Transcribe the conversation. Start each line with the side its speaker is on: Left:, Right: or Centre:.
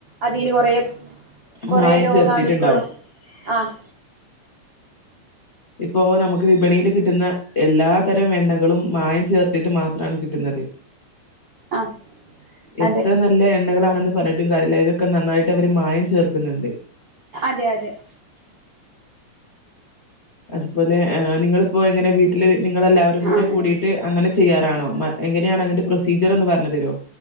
Right: അതിൽ കൊറെ കൊറെ
Left: മായം
Right: രോഗാണുക്കൊളു
Left: ചേർത്തിട്ടുണ്ടാവും.
Right: ആഹ്.
Left: ഇപ്പോൊ നമുക്ക് വിപണിയില് കിട്ടുന്ന എല്ലാ തരം എണ്ണകളും മായം ചേർത്തിട്ട് മാത്രാണ് കിട്ടുന്നത്.
Right: ആഹ്
Left: എത്ര
Right: അതെ
Left: നല്ല എണ്ണകളാണെന്ന് പറഞ്ഞിട്ടും കാര്യല്ല അതില് ക്കെ നന്നായിട്ട് അവര് മായം ചേർക്കുന്നുണ്ട്.
Right: അതെ അതെ
Left: അതുപോലെ ഹ് നിങ്ങളിപ്പോ എങ്ങനെ വീട്ടില് നിങ്ങളെല്ലാവരും കൂടെ
Right: ആഹ്
Left: കൂടിട്ട്. അങ്ങനെ ചെയ്യാറാണോ മ എങ്ങനെയാണ് അതിന്റെ പ്രൊസീജിയർ ഒന്ന് പറഞ്ഞു തരോ?